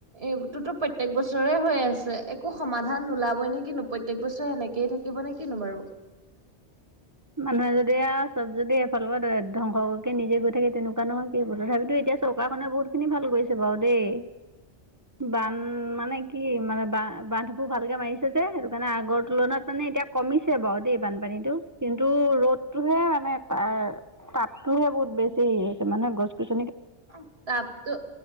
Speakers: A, on the right; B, on the right.
A: এইটোোতো প্ৰত্যেক বছৰে হৈ আছে। একো সমাধান নোলাবই নে কিনো প্ৰত্যেক বছৰে এনেকে থাকিব নে কিনো বাৰু। <inaudible>
B: মানুহে যদি আৰু চব যদি এফালৰ পৰা ধ্বংসকে নিজে গৈ থাকে তেনেকুৱা নহয় কি তথাপিতো এতিয়া চৰকাৰখনে বহুত খিনি ভাল কৰিছে বাৰু দেই। বান মানে কি মানে বান-বান্ধবোৰ ভালকে মাৰিছে যে, সেইটো কাৰণে আগৰ তুলনাত মানে মানে এতিয়া কমিছে বাৰু দেই বানপানীটো। কিন্তু ৰ'দতটোহে মানে তাৰ তাপতটোহে বহুত বেছি হেৰি হৈছে মানে গছ-গছ
A: অ', তাপতো